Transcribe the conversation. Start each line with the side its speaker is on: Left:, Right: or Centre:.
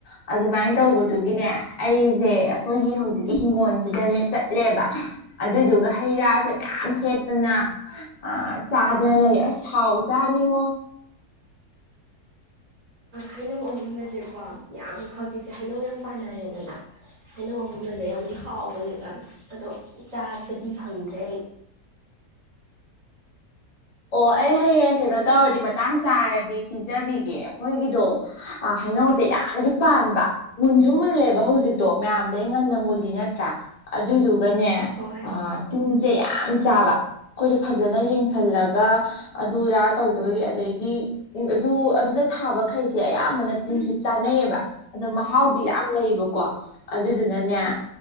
Left: ꯑꯗꯨꯃꯥꯏꯅ
Right: ꯍꯣꯏ
Left: ꯇꯧꯕꯗꯨꯒꯤꯅꯦ ꯑꯩꯁꯦ ꯑꯩꯈꯣꯏꯒꯤ ꯍꯧꯖꯤꯛꯀꯤ ꯍꯤꯡꯒꯣꯜꯁꯤꯗꯅꯦ ꯆꯠꯂꯦꯕ ꯑꯗꯨꯏꯗꯨꯒ ꯍꯩ ꯔꯥꯁꯦ ꯃꯌꯥꯝ ꯍꯦꯛꯇꯅ ꯆꯥꯗꯅ ꯂꯩ ꯑꯁ ꯁꯥꯎ ꯆꯥꯅꯤꯡꯉꯣ
Right: ꯍꯩꯅꯧ ꯑꯃꯨꯕꯁꯦꯀꯣ ꯌꯥꯝ ꯍꯧꯖꯤꯛꯁꯦ ꯍꯩꯅꯧ ꯌꯥꯝ ꯄꯥꯅꯔꯦꯗꯅ ꯍꯩꯅꯧ ꯑꯃꯨꯟꯕꯁꯦ ꯌꯥꯝꯗꯤ ꯍꯥꯎꯕꯅꯦꯕ ꯑꯗꯣ ꯆꯥꯕꯗꯤ ꯐꯪꯗ꯭ꯔꯦ
Left: ꯑꯣ ꯑꯩ ꯍꯌꯦꯡ ꯀꯩꯅꯣ ꯇꯧꯔꯗꯤ ꯃꯇꯥꯡ ꯆꯥꯔꯗꯤ ꯄꯤꯖꯕꯤꯒꯦ ꯑꯩꯈꯣꯏꯒꯤꯗꯣ ꯍꯩꯅꯧꯁꯦ ꯌꯥꯝꯗꯤ ꯄꯥꯟꯕ ꯃꯨꯟꯁꯨ ꯃꯨꯜꯂꯦꯕ ꯍꯧꯖꯤꯛꯇꯣ ꯃꯌꯥꯝꯗꯩ ꯉꯟꯅ ꯃꯨꯜꯂꯤ ꯅꯠꯇ꯭ꯔꯥ ꯑꯗꯨꯏꯗꯨꯒꯅꯦ
Right: ꯍꯣꯏ
Left: ꯇꯤꯟꯁꯦ ꯌꯥꯝ ꯆꯥꯕ ꯑꯩꯈꯣꯏꯗ ꯐꯖꯅ ꯌꯦꯡꯁꯜꯂꯒ ꯑꯗꯨꯗ ꯇꯧꯗꯕꯒꯤ ꯑꯗꯩꯗꯤ ꯎ ꯑꯗꯨ ꯑꯗꯨꯗ ꯊꯥꯕꯈꯩꯁꯦ ꯑꯌꯥꯝꯕꯅ ꯇꯤꯟꯁꯤ ꯆꯥꯅꯩꯌꯦꯕ ꯑꯗꯣ ꯃꯍꯥꯎꯗꯤ ꯌꯥꯝ ꯂꯩꯕꯀꯣ ꯑꯗꯨꯗꯨꯅꯅꯦ